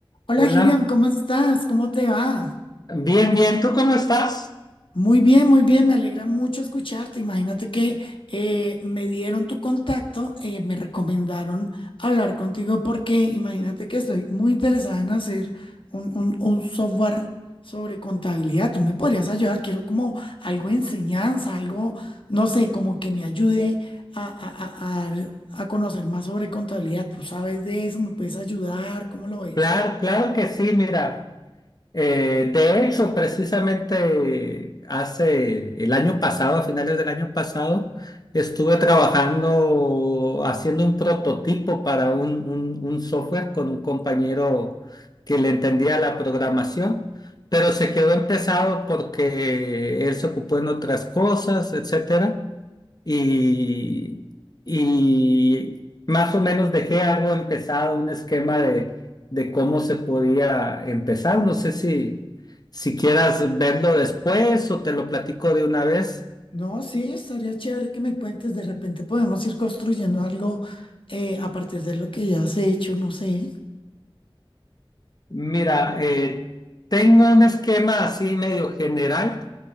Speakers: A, on the left; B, on the left.
A: Hola,
B: Hola,
A: Hiriam, ¿cómo estás? ¿Cómo te va?
B: bien, bien, ¿tú cómo estás?
A: Muy bien, muy bien, me alegra mucho escucharte. Imagínate que eh, me dieron tu contacto, eh, me recomendaron hablar contigo porque imagínate que estoy muy interesada en hacer un, un- un software sobre contabilidad. Tú me podrías ayudar, quiero como algo de enseñanza, algo, no sé, como que me ayude a, a a- a dar a conocer más sobre contabilidad. ¿Tú sabes de eso? ¿Me puedes ayudar? ¿Cómo lo ves?
B: Claro, claro que sí, mira, eh, de hecho, precisamente hace el año pasado, a finales del año pasado, estuve trabajando haciendo un prototipo para un, un, un software con un compañero que le entendía la programación, pero se quedó empezado porque él se ocupó en otras cosas, etcétera. y, y más o menos dejé algo empezado, un esquema de, de cómo se podía empezar. No sé si, si quieras verlo después o te lo platico de una vez.
A: No, sí, estaría chévere que me cuentes. De repente podemos ir construyendo algo eh, a partir de lo que ya has hecho, no sé.
B: Mira, eh, tengo un esquema así medio general